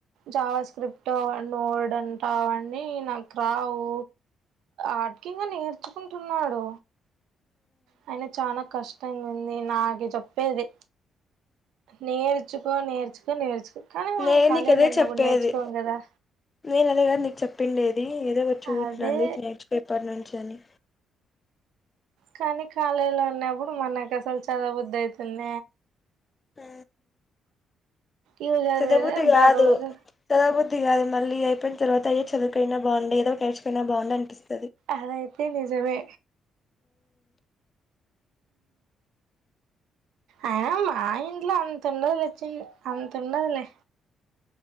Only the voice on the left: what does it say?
నేను
నీకు అదే
చెప్పేది
నేను అదే కాద నీకుచెప్పుండేది ఏదో వచ్చ <unintelligible>
నేర్చుకొ ఇప్పట్నుంచి అని
హ
చదాబుద్ధి కాదు
చదాబుద్ధి ది కాదు మళ్ళీ అయిపోయిన తర్వాత అయో చదువు అయినా బొండేది ఏదో కేేచుపోయినా బాగుంది అనిపిస్తుంది